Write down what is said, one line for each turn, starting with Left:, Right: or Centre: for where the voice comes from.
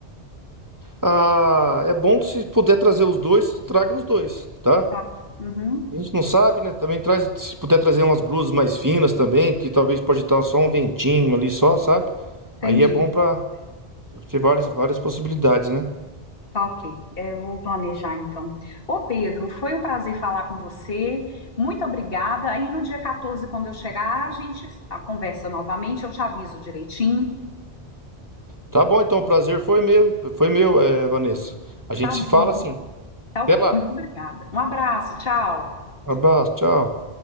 Right: Ah, é bom que se puder trazer os dois, traga os dois, tá?
Left: Tá. Uhum,
Right: A gente não sabe, né? Também traz, se puder trazer umas blusas mais finas também, porque talvez pode estar só um ventinho ali só, sabe?
Left: entendi.
Right: Aí é bom pra ter várias, várias possibilidades, né?
Left: Tá ok. É, eu vou planejar então. Ô Pedro, foi um prazer falar com você. Muito obrigada. Aí no dia 14, quando eu chegar, a gente a conversa novamente. Eu te aviso direitinho.
Right: Tá bom, então, o prazer foi meu, foi meu, é, Vanessa. A gente
Left: Tá
Right: se fala
Left: bom.
Right: assim.
Left: Tá ok,
Right: Até lá.
Left: muito obrigada. Um abraço, tchau.
Right: Um abraço, tchau.